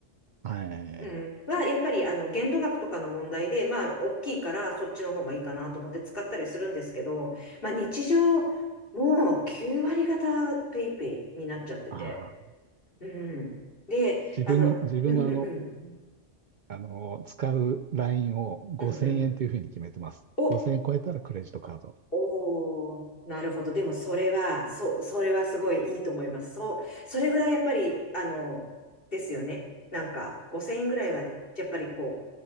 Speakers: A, on the right; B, on the left.
A: はい。
B: うん、は、やっぱり、あの、限度額とかの問題で、まあ、大きいから、そっちの方がいいかなと思って使ったりするんですけど、まあ、日常、もう9割方ペイペイになっちゃってて。
A: ああ、
B: うん。で、
A: 自分の、
B: あの、
A: 自分はあの、
B: うんうんうん、
A: あの、使うラインを5000円というふうに決めてます。
B: うんうん。お、
A: 5000円超えたらクレジットカード
B: おー、なるほど。でも、それは、そう、それはすごいいいと思います。そう、それぐらいやっぱり、あの、ですよね。なんか、5000円ぐらいは、やっぱりこ